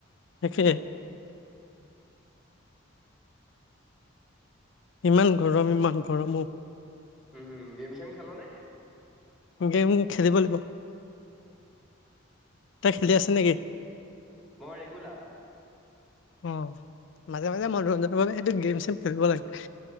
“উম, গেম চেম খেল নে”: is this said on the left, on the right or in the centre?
Centre